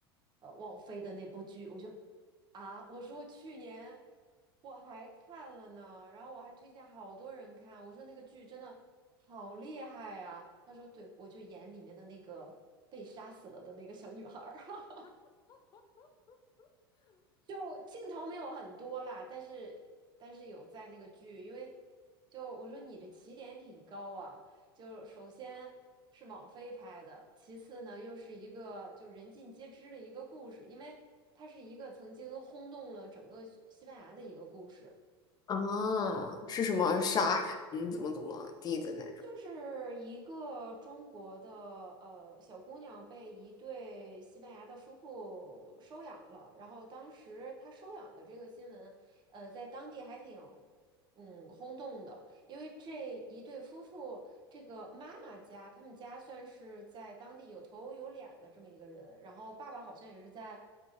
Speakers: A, on the right; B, on the left.
A: 呃王菲的那部剧，我就啊，我说去年我还看了呢，然后我还推荐好多人看，我说那个剧真的好厉害呀。他说，对，我就演里面的那个被杀死了的那个小女孩儿，<laughs> 就镜头没有很多啦，但是但是有在那个剧，因为就我说你这起点挺高啊，就首先是网飞拍的，其次呢又是一个就人尽皆知的一个故事，因为它是一个曾经轰动了整个西班牙的一个故事。
B: 啊，是什么杀人怎么怎么地的那种？
A: 对，就是一个中国的呃小姑娘被一对西班牙的夫妇收养了，然后当时她收养的这个新闻，呃，在当地还挺嗯轰动的，因为这一对夫妇，这个妈妈家，他们家算是在当地有头有脸的这么一个人，然后爸爸好像也是在